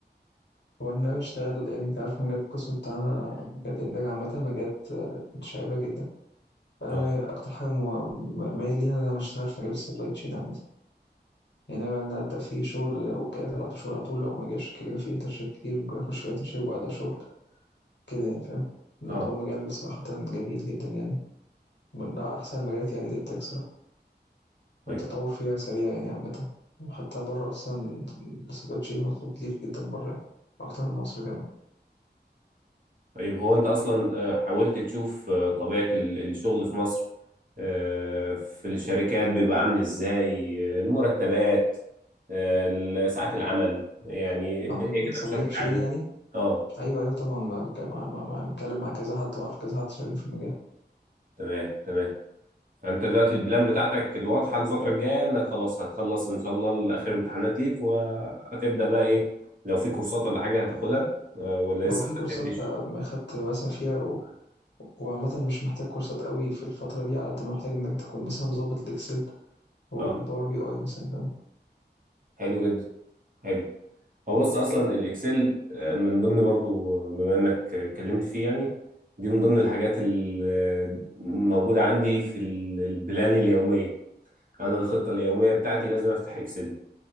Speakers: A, on the left (about 85°); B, on the right (about 50°).
A: هو أنا باشتغل يعني أنت عارف مجالات القسم بتاعنا مجالات الإنتاج عامةً مجالات متشعبة جدًا، فأنا
B: اه
A: أكتر حاجة م م مايل ليها إن أنا هاشتغل في مجال الsupply chain عامةً، يعني ناوي إن أنا أبدأ فيه شغل لو جه على طول شغل على طول، لو ما جاش كده كده في internship كتير ممكن أخش في internship وبعدها شغل كده يعني فاهم؟ لأن
B: اه
A: هو مجال صراحةً جميل جدًا يعني، من أحسن المجالات يعني الإنتاج صراحة.
B: طيب
A: والتطور فيها سريع يعني عامة وحتى بره أصلا السبلاي تشين مطلوب كتير جدا بره يعني، أكتر من مصر كمان
B: طيب هو انت اصلا آه، حاولت تشوف آه، طبيعة ال- الشغل في مصر آه، في الشركات بيبقى عامل ازاي آه، المرتبات آه، ال- ساعات العمل يعني الدنيا
A: أو من
B: كده
A: سبلاي
B: بشكل
A: تشين
B: عام
A: يعني
B: اه
A: أيوه أيوه طبعا ما ما ما ما متكلم مع كذا حد وعارف كذا حد شغالين في المجال
B: تمام تمام فانت دلوقتي البلان بتاعتك الواضحة الفترة الجاية انك خلاص هتخلص ان شاء الله اخر امتحانات ليك وهتبدأ بقى ايه لو في كورسات ولا حاجة هتاخدها آه، ولا لسه
A: هو في
B: ما
A: كورسات
B: رتبتش
A: آه، ما خدت مثلا فيها و- وعامة مش محتاج كورسات قوي في الفترة دي على قد ما محتاج إنك تكون مثلا مظبط الإكسل والباور
B: اه
A: بي أي مثلا فاهم
B: حلو جدا حلو هو بص اصلا الاكسل آه، من ضمن برضو آه، بما انك اتكلمت فيه يعني دي من ضمن الحاجات الموجودة عندي في ال- البلان اليومية انا الخطة اليومية بتاعتي لازم افتح اكسل